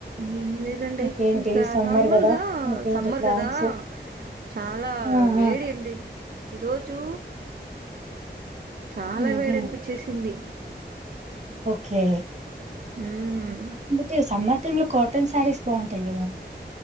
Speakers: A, on the right (about 55°); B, on the right (about 40°).
A: ఏం లేదండి.
B: ఇంకేంటి
A: ఇంకా
B: సమ్మర్
A: నార్మల్గా
B: కదా ఇంకేంటి
A: సమ్మర్
B: ప్లాన్స్
A: గాదా చాలా
B: ఉమ్
A: వేడి
B: ఉమ్
A: అండి. ఈరోజు చాలా
B: ఉమ్
A: వేడి
B: ఉమ్
A: అనిపించ్చేసింది.
B: ఓకే
A: హూమ్
B: బట్టి సమ్మర్ టైంలో కాటన్ శారీస్ బాగుంటాయి. గాదా